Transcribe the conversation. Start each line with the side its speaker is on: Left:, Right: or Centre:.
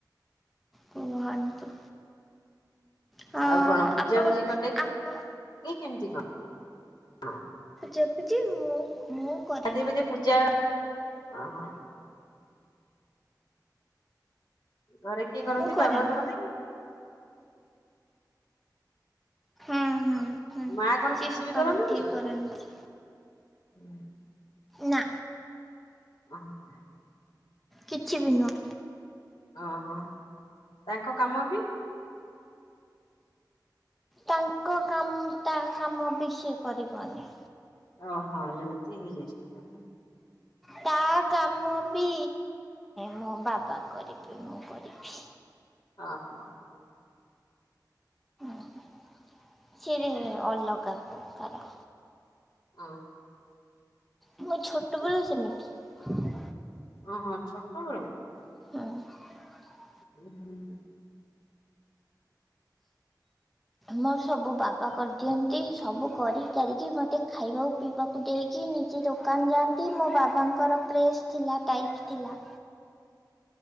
Centre: କୁହନ୍ତୁ। ହଁ
Left: ଆଉ କଣ ପୂଜା
Centre: ଆପଣ
Left: ପୂଜି କଲେ
Centre: ଆପଣ
Left: କେମତି କଣ ହଁ।
Centre: ଜପୁଚି ମୁଁ ମୁଁ କରେନା।
Left: ଗାଧେଇ ପାଧେଇ ପୂଜା ଓହୋ। ଘରେ କିଏ କରନ୍ତି,
Centre: ମୁଁ କରେନା
Left: ବାବା କରନ୍ତି
Centre: ହୁଁ, ହୁଁ। ହୁଁ
Left: ମା କଣ
Centre: ସିଏ
Left: କିଛି
Centre: ସକାଳୁ
Left: ବି କରନ୍ତିନି?
Centre: ଉଠିକି କରନ୍ତି।
Left: <inaudible>
Centre: ନା।
Left: <unintelligible>
Centre: କିଛି ବି ନୁହଁ।
Left: ଓହୋ ତାଙ୍କ କାମ ବି
Centre: ତାଙ୍କ କାମ ତା କାମ ବି ସିଏ କରିବନି।
Left: ଓହୋ ଏମିତି ହେଇଯାଇଚି ତାହେଲେ।
Centre: ତା କାମ ବି ମୋ ବାବା କରିବେ ମୁଁ କରିବି।
Left: ଓ ହ।
Centre: <inaudible> ସେରେ ଅଲଗା ପ୍ରକାର।
Left: ହଁ।
Centre: ମୁଁ ଛୋଟ ବେଳୁ ସେମିତି।
Left: ଓହଁ ଛୋଟ ବେଳୁ।
Centre: ହଁ। <inaudible>
Left: <inaudible>
Centre: ମୋର ସବୁ ବାବା କରିଦିଅନ୍ତି ସବୁ କରି କାରିକି ମତେ ଖାଇବାକୁ ପିଇବାକୁ ଦେଇ କି ନିଜେ ଦୋକାନ ଯାଆନ୍ତି, ମୋ ବାବା ତାଙ୍କର ପ୍ରେସ୍ ଥିଲା, ଟାଇପ୍ ଥିଲା।